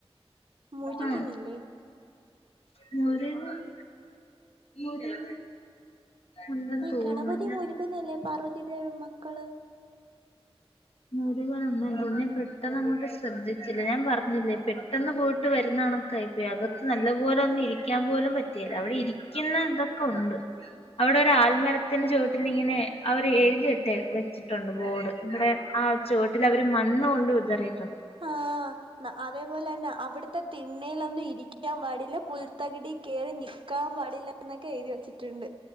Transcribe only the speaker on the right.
മുരുകനില്ലേ?
ഈ
ഗണപതി മുരുകനല്ലേ? പാർവതിദേവിടെ മക്കള്?
ആ അതേപോലെന്നെ അവിടത്തെ തിണ്ണേ ലൊന്നും ഇരിക്കാൻ പാടില്ല പുൽത്തകിടി കേറി നിൽക്കാൻ പാടില്ല എന്നൊക്കെ എഴുതി വെച്ചിട്ടുണ്ട്.